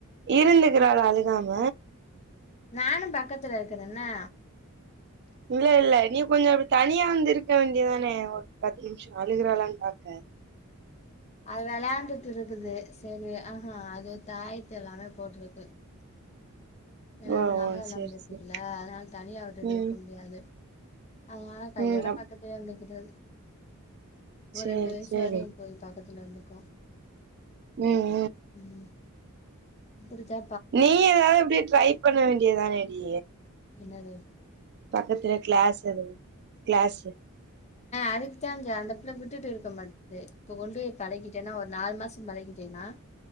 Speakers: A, on the right; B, on the left.
A: இருந்துகிறாளா அழுகாம
B: நானு பக்கதுல இருக்கனேன்னா
A: இல்லல்ல நீ கொஞ்சோ இப்டி தனியா வந்து இருக்க வேண்டியதானே ஒரு பத்து நிம்ஷோ அழுகுறாலானு பாக்க
B: அது வெளாண்டுட்டிருக்குது சரி ஆஹா அது தாய்ட்டல்லாம போட்ருக்கு எ நக
A: ஓ
B: <unintelligible>
A: ஓ சேரி
B: இருக்குல
A: சேரி
B: அதனால தனியா விட்டுட்டு
A: ம்
B: இருக்க முடியாது அதனால கையோட
A: ம்
B: பாத்துகிட்டே இருந்துக்குறது ஒரு
A: சேரி
B: ரெண்டு வயசு
A: சேரி
B: வரயு போய் பக்கத்துல இருந்துகு
A: ம்
B: ம் இப்புடிதா
A: நீ எதாவது இப்டியே ட்ரை பண்ண வேண்டியதான டி
B: என்னாது
A: பக்கத்துல கிளாஸ் எது கிளாஸு
B: அதுக்கு தான்டி அந்த பிள்ள விட்டுட்டு இருக்க மாட்டுது இப்ப கொண்டு பழகிட்டேன்னா ஒரு நாலு மாச பழகிட்டேன்னா